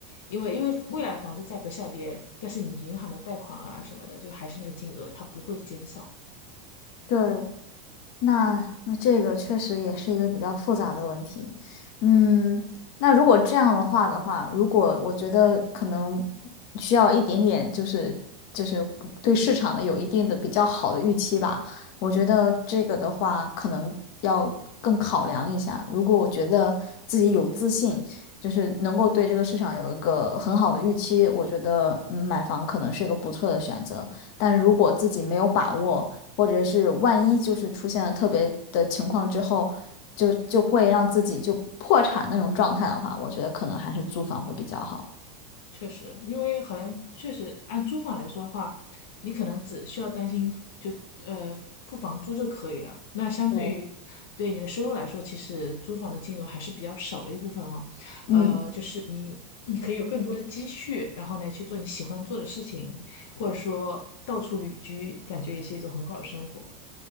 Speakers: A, on the left; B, on the left.
A: 因为因为未来房子价格下跌，但是你银行的贷款啊什么的，就还是那个金额，它不会减少。
B: 对，那那这个确实也是一个比较复杂的问题，嗯，那如果这样的话的话，如果我觉得可能需要一点点，就是就是对市场的有一定的比较好的预期吧，我觉得这个的话可能要更考量一下。如果我觉得自己有自信，就是能够对这个市场有一个很好的预期，我觉得嗯买房可能是一个不错的选择。但如果自己没有把握，或者是万一就是出现了特别的情况之后，就就会让自己就破产那种状态的话，我觉得可能还是租房会比较好。
A: 确实，因为好像确实按租房来说的话，你可能只需要担心就呃付房租就可以了。那相对于对你的收入来说，
B: 嗯。
A: 其实租房的金额还是比较少的一部分哈、呃，
B: 嗯。
A: 就是你你可以有更多的积蓄，然后呢去做你喜欢做的事情，或者说到处旅居，感觉也是一种很好的生活。